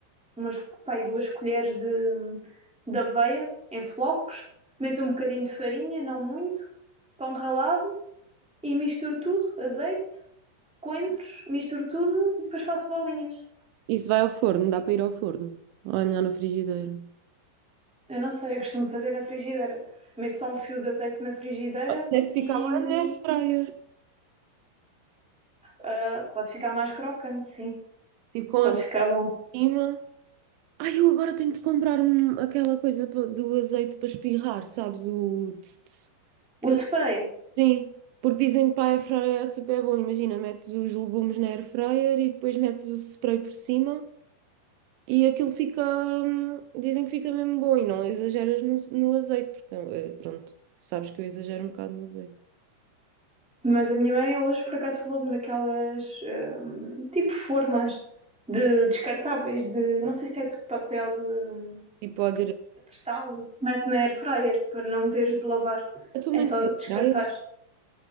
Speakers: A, in the centre; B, on the right.
A: umas, pá, aí duas colheres de, de aveia em flocos. Meto um bocadinho de farinha, não muito. Pão ralado e misturo tudo, azeite. coentros, misturo tudo e depois faço bolinhas.
B: Isso vai ao forno, dá para ir ao forno. Ou é melhor na frigideira?
A: Eu não sei, eu costumo fazer na frigideira. Meto só um fio de azeite na frigideira
B: Ou Deve ficar
A: e
B: bem
A: hum,
B: na airfryer.
A: ah, pode ficar mais crocante, sim.
B: Tipo com
A: Pode
B: azeite
A: ficar bom.
B: em cima. Ai, eu agora tenho de comprar um, aquela coisa pa- do azeite para espirrar, sabes? O tss, tss.
A: O
B: Que-
A: spray.
B: Sim, porque dizem que para a airfryer é super bom. Imagina, metes os legumes na airfryer e depois metes o spray por cima e aquilo fica. hum, Dizem que fica mesmo bom e não exageras no, no azeite, porque eh, pronto, sabes que eu exagero um bocado no azeite.
A: Mas a minha mãe hoje por acaso falou-me daquelas hum, tipo formas de descartáveis de não sei se é de papel hum,
B: Tipo, a,
A: postal que se mete na air fryer para não teres de lavar.
B: A tua
A: É
B: mãe
A: só
B: tem
A: descartar
B: praias A